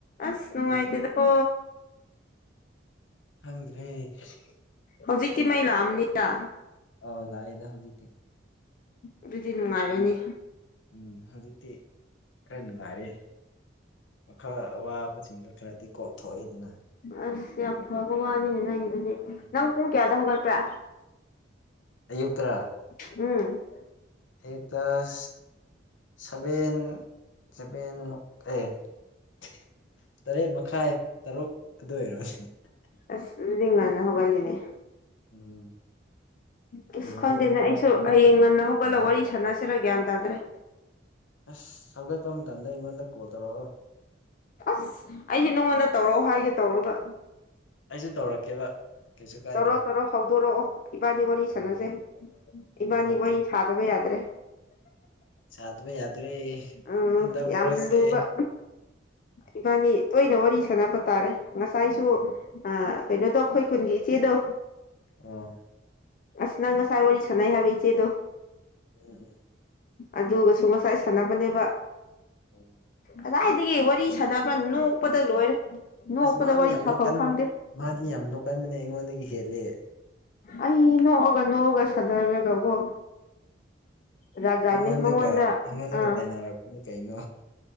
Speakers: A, on the left; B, on the left.
A: ꯑꯁ ꯅꯨꯡꯉꯥꯏꯇꯦꯗꯀꯣ
B: ꯑꯗꯨꯒꯤ ꯈꯪꯗ꯭ꯔꯦ <unintelligible>
A: ꯍꯧꯖꯤꯛꯇꯤ ꯃꯩ ꯂꯥꯛꯑꯝꯅꯤꯗ
B: ꯑꯧ ꯂꯥꯛꯑꯦꯗ ꯍꯧꯖꯤꯛꯇꯤ
A: ꯑꯗꯨꯗꯤ ꯅꯨꯡꯉꯥꯏꯔꯅꯤ
B: ꯍꯧꯖꯤꯛ ꯎꯝ ꯍꯧꯖꯤꯛꯇꯤ ꯈꯔ ꯅꯨꯡꯉꯥꯏꯔꯦ ꯋꯈꯥ ꯑꯋꯥꯕꯁꯤꯡꯗꯨ ꯈꯔꯗꯤ ꯀꯣꯛꯊꯣꯛꯑꯦꯗꯅ
A: ꯑꯁ ꯌꯥꯝ ꯐꯕ ꯋꯥꯅꯤꯅꯦ ꯅꯪꯒꯤꯗꯨꯗꯤ
B: ꯎꯝ
A: ꯅꯪ ꯄꯨꯡ ꯀꯌꯥꯗ ꯍꯧꯒꯠꯄ꯭ꯔꯥ
B: ꯑꯌꯨꯛꯇꯔꯥ
A: <unintelligible> ꯎꯝ
B: ꯑꯌꯨꯛꯇ <unintelligible> ꯁꯚꯦꯟ ꯁꯕꯦꯟꯃꯛ ꯑꯦ <unintelligible> ꯇꯔꯦꯠ ꯃꯈꯥꯏ ꯇꯔꯨꯛ ꯑꯗꯨ ꯑꯣꯏꯔꯕꯅꯤ <unintelligible>
A: ꯑꯁ ꯑꯗꯨꯗꯤ ꯉꯟꯅ ꯍꯧꯒꯠꯂꯤꯅꯦ
B: ꯎꯝ
A: ꯑꯁ
B: ꯍꯌꯦꯡꯗꯤ
A: ꯈꯪꯗꯦꯅꯦ
B: ꯑꯗꯨꯝꯃꯥꯏ
A: ꯑꯩꯁꯨ
B: ꯍꯧꯒꯠꯄ
A: ꯍꯌꯦꯡ
B: ꯉꯝ
A: ꯉꯟꯅ ꯍꯧꯒꯠꯂ
B: ꯉꯝꯗꯧ
A: ꯋꯥꯔꯤ
B: ꯃꯥꯟꯗꯦ
A: ꯁꯥꯟꯅꯁꯤꯔ ꯒ꯭ꯌꯥꯟ ꯇꯥꯗ꯭ꯔꯦ
B: ꯑꯁ ꯍꯧꯒꯠꯄ ꯃꯇꯝꯗ ꯑꯩꯉꯣꯟꯗ ꯀꯣꯜ ꯇꯧꯔꯛꯑꯣ
A: ꯑꯁ ꯑꯩꯗꯤ ꯅꯉꯣꯟꯗ ꯇꯧꯔꯛꯑꯣ ꯍꯥꯏꯒꯦ ꯇꯧꯔꯒ
B: ꯑꯩꯁꯨ ꯇꯧꯔꯛꯀꯦꯕ ꯀꯩꯁꯨ ꯀꯥꯏꯗꯦ
A: ꯇꯧꯔꯣ ꯇꯧꯔꯣ ꯍꯧꯗꯣꯔꯛꯑꯣ ꯏꯕꯥꯟꯅꯤ ꯋꯥꯔꯤ
B: ꯎꯝ
A: ꯁꯥꯟꯅꯁꯦ ꯏꯕꯥꯟꯅꯤ
B: ꯍꯧꯗꯣꯔꯛꯀꯦ
A: ꯋꯥꯔꯤ ꯁꯥꯗꯕ ꯌꯥꯗ꯭ꯔꯦ
B: ꯆꯥꯗꯕ ꯌꯥꯗ꯭ꯔꯦ
A: ꯎꯝ
B: ꯍꯟꯗꯛ
A: ꯌꯥꯝ
B: ꯃꯔꯛꯁꯦ꯫
A: ꯂꯨꯕ ꯏꯕꯥꯅꯤ ꯇꯣꯏꯅ ꯋꯥꯔꯤ ꯁꯥꯟꯅꯕ ꯇꯥꯔꯦ ꯉꯁꯥꯏꯁꯨ
B: ꯎꯝ
A: ꯑꯥ ꯀꯩꯅꯣꯗꯣ ꯑꯈꯣꯏ ꯈꯨꯟꯒꯤ ꯏꯆꯦꯗꯣ
B: ꯑꯣ
A: ꯑꯁ ꯅꯪ ꯉꯁꯥꯏ ꯋꯥꯔꯤ ꯁꯥꯟꯅꯩ ꯍꯥꯏꯕ ꯏꯆꯦꯗꯣ
B: ꯎꯝ ꯎꯝ
A: ꯑꯗꯨꯒꯁꯨ ꯉꯁꯥꯏ ꯁꯥꯟꯅꯕꯅꯦꯕ꯫
B: ꯑꯣ
A: ꯀꯗꯥꯏꯗꯒꯤ ꯋꯥꯔꯤ ꯁꯥꯟꯅꯕ ꯅꯣꯛꯄꯗ ꯂꯣꯏꯔꯦ ꯅꯣꯛꯄꯗ
B: ꯑꯁ ꯃꯥꯗꯤ
A: ꯋꯥꯔꯤ
B: ꯌꯥꯝ
A: ꯁꯥꯐꯝ
B: ꯅꯣꯛꯀꯟ
A: ꯈꯪꯗꯦ꯫
B: ꯃꯥꯗꯤ ꯌꯥꯝ ꯅꯣꯛꯀꯟꯕꯅꯦ ꯑꯩꯉꯣꯟꯗꯒꯤ ꯍꯦꯂꯦ꯫
A: ꯑꯩ ꯅꯣꯛꯑꯒ ꯅꯣꯛꯑꯒ ꯁꯥꯟꯅꯔꯒꯀꯣ ꯖꯥꯠ ꯖꯥꯠꯅꯦ
B: ꯑꯩꯉꯣꯟꯗꯒ
A: ꯃꯉꯣꯟꯗ
B: ꯑꯩꯉꯣꯟꯗꯒ
A: ꯑꯥ
B: ꯇꯥꯏꯅꯔꯛꯄꯅꯤ ꯀꯩꯅꯣ